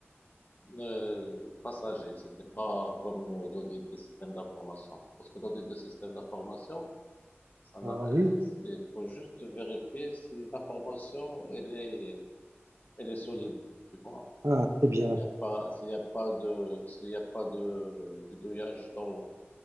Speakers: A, on the left; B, on the right.
A: Euh, passager, c'était pas comme euh, l'audit des systèmes d'information. Parce que l'audit des systèmes d'information, ça n'a-
B: Ah
A: euh,
B: oui,
A: c'est- faut juste vérifier si l'information elle est, elle est solide, tu vois.
B: ah, c'est bien.
A: Il y a pas, s'il y a pas de, s'il y a pas de euh, bidouillage dans